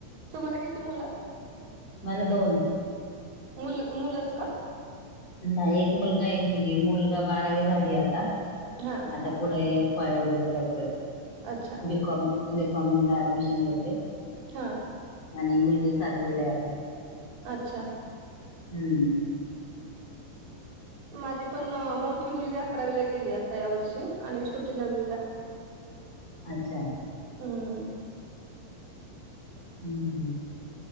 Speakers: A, on the right; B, on the left.
A: तुम्हाला किती मुलं
B: मला दोन.
A: मुल मुलच का?
B: नाही एक मुलगा एक मुलगी मुलगा बारावी झाली आता.
A: हो का.
B: आता पुढे एफ वाय वगैरे करतोय.
A: अच्छा!
B: बीकॉम, बीकॉम ला ऍडमिशन घेतलंय.
A: हा
B: आणि मुलगी सातवीला हाय आता.
A: अच्छा!
B: हम्म.
A: माझी पण अ मोठी मुलगी अकरावीला गेली आता या वर्षी आणि छोटी नववीला.
B: अच्छा!
A: हम्म
B: हम्म हम्म.